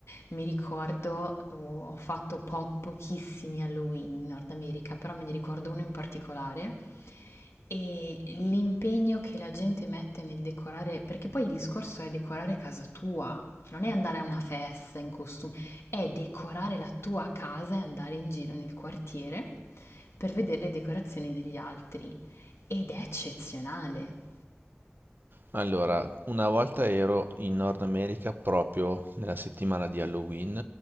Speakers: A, on the left; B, on the right.
A: Mi ricordo, oh, ho fatto po- pochissimi Halloween in Nord America, però me ne ricordo uno in particolare e l'impegno che la gente mette nel decorare, perché poi il discorso è decorare casa tua, non è andare a una festa in costume, è decorare la tua casa e andare in giro nel quartiere per vedere le decorazioni degli altri. Ed è eccezionale.
B: Allora, una volta ero in Nord America proprio nella settimana di Halloween